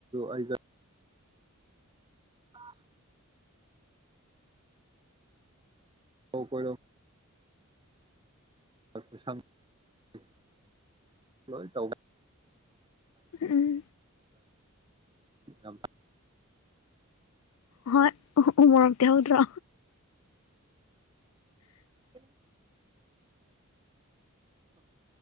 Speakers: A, on the right (about 20°); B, on the left (about 80°).
A: ꯑꯩ ꯇꯔ ꯍꯥꯎ ꯀꯣ <unintelligible> ꯃꯅꯤꯡꯒ ꯎ
B: ꯎꯝ
A: ꯑꯝ
B: ꯍꯣꯏ ꯎ ꯎ ꯃꯣꯔꯣꯛꯛꯇꯤꯍꯧꯗ꯭ꯔꯣ
A: ꯎ